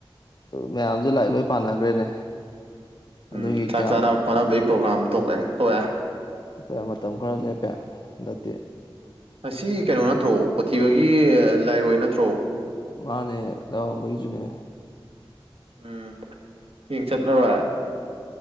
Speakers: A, on the left; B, on the right.
A: ꯃꯌꯥꯝꯁꯦ ꯂꯥꯏꯔꯤꯛ ꯂꯣꯏ ꯄꯥꯟꯅꯈ꯭ꯔꯦꯅꯦ ꯑꯗꯨꯒꯤ
B: ꯎ ꯆꯥꯛ
A: ꯀꯌꯥ
B: ꯆꯥꯅꯕ ꯈꯣꯠꯅꯕꯒꯤ ꯄ꯭ꯔꯣꯒ꯭ꯔꯥꯝ ꯇꯑꯦ
A: ꯆꯠꯇ ꯃꯇꯝ ꯈꯔ ꯂꯦꯞꯄꯦ ꯅꯇꯤ
B: ꯑꯁꯤ ꯀꯩꯅꯣ ꯅꯠꯇ꯭ꯔꯣ ꯄꯨꯊꯤꯕꯒꯤ ꯂꯥꯏꯔꯣꯏ ꯅꯠꯇ꯭ꯔꯣ
A: ꯃꯥꯅꯦ ꯂꯩ ꯩꯖꯨꯅꯦ
B: ꯎꯝ ꯌꯦꯡ ꯆꯠꯂꯔꯣꯏ